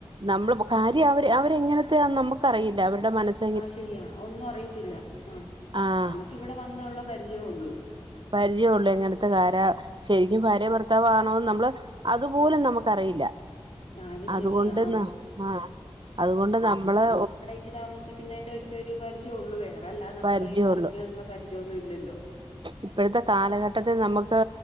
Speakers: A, on the right (about 50°); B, on the left (about 85°).
A: നമ്മള് പൊ കാര്യം അവര് അവരെങ്ങനത്തെന്ന് നമുക്ക്റിയില്ല അവരുടെ മനസ്
B: അത് ശെരിയാ ഒന്നും അറിയത്തില്ല ആഹ്
A: ആഹ്
B: നമുക്കിവിടെ വന്നുള്ള പരിചയെ ഒള്ളൂ
A: പരിചയൊള്ളൂ എങ്ങനത്തെ കാരാ ശെരിക്കും ഭാര്യ ഭർത്താവാണോന്ന് നമ്മള് അതുപോലും നമുക്കറയില്ല
B: ആഹ് അത്
A: അതുകൊണ്ട്
B: ശരിയാ അവ
A: ന്ന ആഹ് അതുകൊണ്ട് നമ്മള്
B: ക്ക് താമസിക്കുന്നേന്റെ ഒറ്റൊ ഒരു പരിചയം ഒള്ളൂ വേറെല്ലാ നമുക്ക്
A: പരിചയള്ളു
B: അതിന് മുന്നേള്ള പരിചയൊന്നും ഇല്ലല്ലോ
A: ഇപ്പോഴത്തെ കാലഘട്ടത്തിൽ നമ്മക്ക്